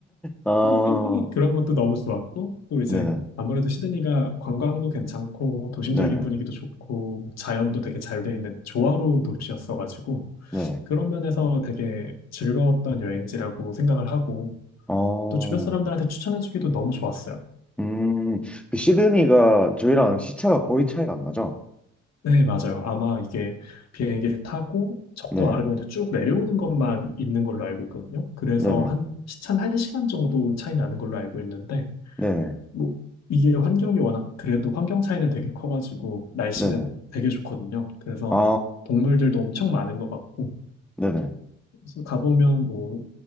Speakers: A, in the centre; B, on the left.
A: 아,
B: <laughs> 그런 것도 너무 좋았고 또 이제
A: 네네,
B: 아무래도 시드니가 관광도 괜찮고 도심적인
A: 네네,
B: 분위기도 좋고 자연도 되게 잘 돼 있는 조화로운 도시였어가지고
A: 네.
B: 그런 면에서 되게 즐거웠던 여행지라고 생각을 하고
A: 어,
B: 또 주변 사람들한테 추천해주기도 너무 좋았어요.
A: 음, 그 시드니가 저희랑 시차가 거의 차이가 안 나죠?
B: 네, 맞아요. 아마 이게 비행기를 타고 적도
A: 네,
B: 아래로 이제 쭉 내려오는 것만 있는 걸로 알고 있거든요. 그래서
A: 네네,
B: 한 시차 한시간 정도 차이 나는 걸로 알고 있는데
A: 네네,
B: 뭐 이게 환경이 워낙 그래도 환경 차이는 되게 커가지고 날씨는
A: 네네.
B: 되게 좋거든요. 그래서
A: 아,
B: 동물들도 엄청 많은 것 같고
A: 네네.
B: 그래서 가보면 뭐